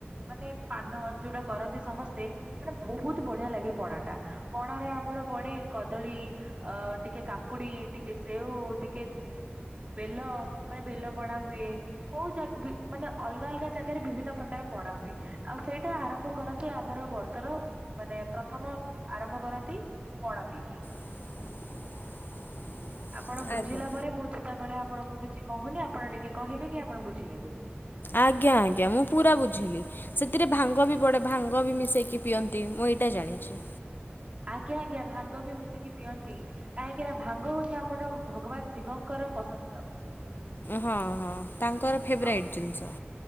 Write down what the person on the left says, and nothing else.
<inaudible>
ଆଜ୍ଞା
ଆଜ୍ଞା, ଆଜ୍ଞା, ମୁଁ ପୁରା ବୁଝିଲି। ସେଥିରେ ଭାଙ୍ଗ ବି ପଡେ। ଭାଙ୍ଗ ଭାଙ୍ଗବି ମିଶାଇକି ପିଅନ୍ତି ମୁଁ ଏଇଟା ଜାଣିଛି।
ହଁ ହଁ ତାଙ୍କର ଫେବରାଇଟ
ଜିନିଷ।